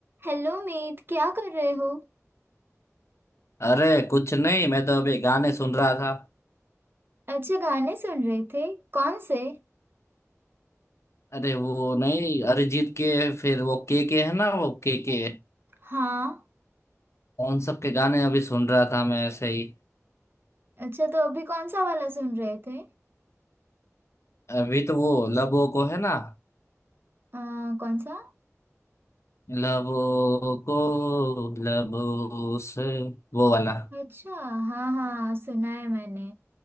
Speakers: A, on the right; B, on the left.
A: Hello Meet क्या कर रहे हो
B: अरे कुछ नहीं मैं तो अभी गाने सुन रहा था
A: अच्छा गाने सुन रहे थे कौन से
B: अरे वो नहीं अरिजीत के फिर वो के के है ना वो के के
A: हाँ
B: उन सब के गाने अभी सुन रहा था मैं ऐसे ही
A: अच्छा तो अभी कौन सा वाला सुन रहे थे
B: अभी तो वो लबों को है ना
A: आ, कौन सा
B: लबों को लबों से वो वाला
A: अच्छा हाँ हाँ सुना है मैंने